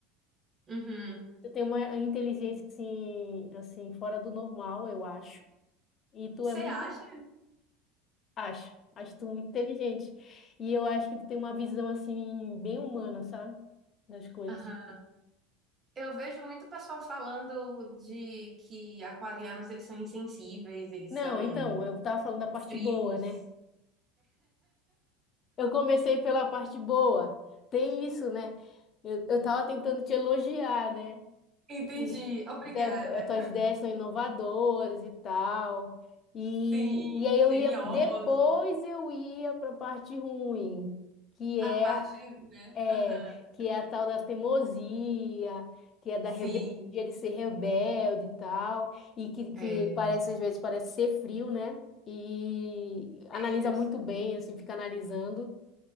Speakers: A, on the right; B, on the left.
A: Uhum.
B: Tu tem uma inteligência assim, assim, fora do normal, eu acho. E tu
A: Você
B: é muito,
A: acha?
B: acho, acho tu muito inteligente. E eu acho que tu tem uma visão assim bem humana, sabe? Das coisas.
A: Aham. Eu vejo muito pessoal falando de que aquarianos eles são insensíveis, eles
B: Não,
A: são
B: então, eu tava falando da parte
A: frios.
B: boa, né? Eu comecei pela parte boa. Tem isso, né? Eu, eu tava tentando te elogiar, né?
A: Entendi.
B: E,
A: Obrigada.
B: e tá- tuas ideias são inovadoras e tal. E,
A: Sim,
B: e aí eu
A: geniosos.
B: ia, depois eu ia para a parte ruim, que
A: A
B: é,
A: parte, né?
B: é,
A: Aham.
B: que é a tal da teimosia, que é da
A: Sim,
B: rebeldia, de ser rebelde e tal, e que, que
A: é,
B: parece, às vezes, parece ser frio, né? E analisa
A: é isso.
B: muito bem, assim, fica analisando